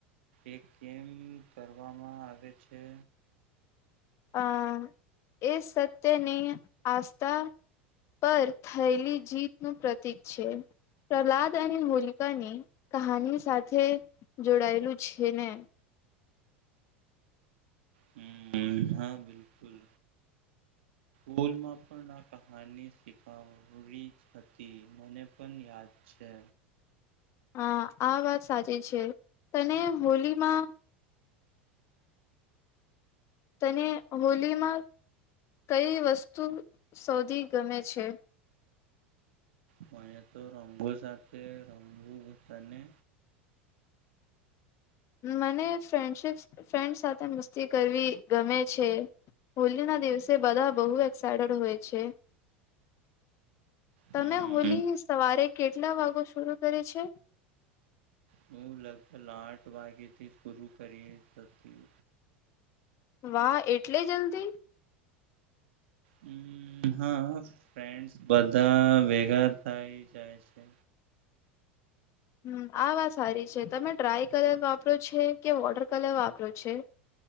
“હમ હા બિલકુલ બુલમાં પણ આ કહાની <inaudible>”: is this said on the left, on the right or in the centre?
Right